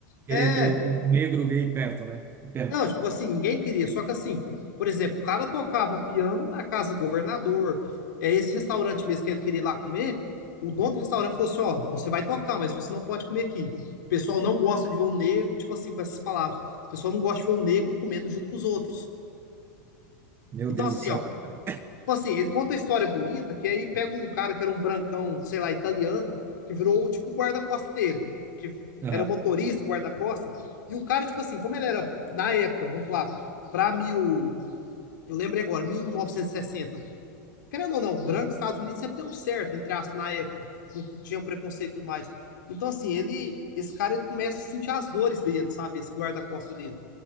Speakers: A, on the left; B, on the right.
A: É,
B: querer ter o, o negro gay perto, né? Que pena.
A: Não, tipo assim, ninguém queria. Só que assim, por exemplo, o cara tocava piano na casa do governador. É esse restaurante mesmo que ele queria ir lá comer. O dono do restaurante falou assim: ó, você vai tocar, mas você não pode comer aqui. O pessoal não gosta de ver um negro, tipo assim, com essas palavras. O pessoal não gosta de ver um negro comendo junto com os outros.
B: Meu
A: Então,
B: Deus
A: assim,
B: do céu.
A: ó,
B: né?
A: Tipo assim, ele conta a história bonita, que aí pega um cara que era um brancão, sei lá, italiano, que virou tipo o guarda-costa dele, que
B: Aham.
A: era motorista, guarda-costa. E o cara, tipo assim, como ele era na época, vamos falar, para mil. Eu lembrei agora, mil novecentos e sessenta Querendo ou não, branco, Estados Unidos sempre deu certo, entre aspas, na época. Não tinha um preconceito e tudo mais. Então, assim, ele, esse cara ele começa a sentir as dores dele, sabe? Esse guarda-costa dele.